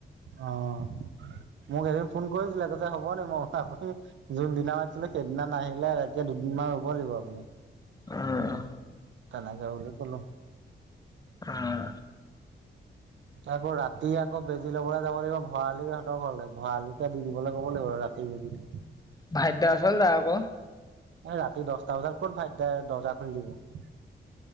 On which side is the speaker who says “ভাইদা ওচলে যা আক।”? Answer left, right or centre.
Left